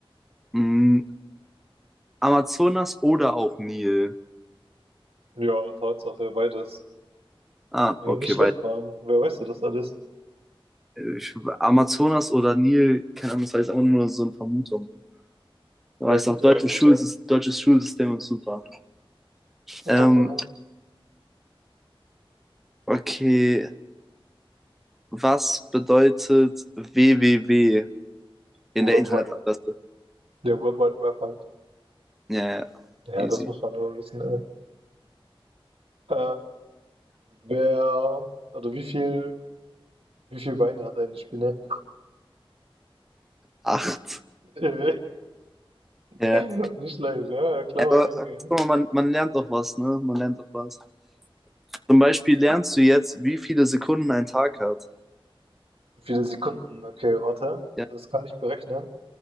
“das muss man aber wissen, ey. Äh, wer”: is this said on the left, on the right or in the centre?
Right